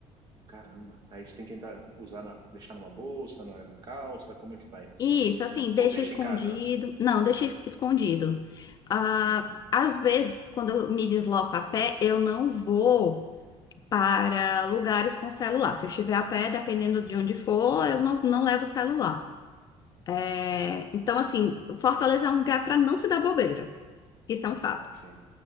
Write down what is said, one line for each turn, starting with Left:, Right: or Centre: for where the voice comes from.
Right: Caramba. Aí você tem que entrar, usar na- deixar numa bolsa, na, na calça, como é que faz?
Left: E Isso, assim, deixa
Right: Ou deixa
Left: escondido.
Right: em casa?
Left: Não, deixa es- escondido. Ah,
Right: Hum,
Left: às vezes, quando eu me desloco a pé, eu não vou para lugares com celular. Se eu estiver a pé, dependendo de onde for, eu não, não levo celular. É, então, assim, Fortaleza é um lugar para não se dar bobeira. Isso é um fato.
Right: ok,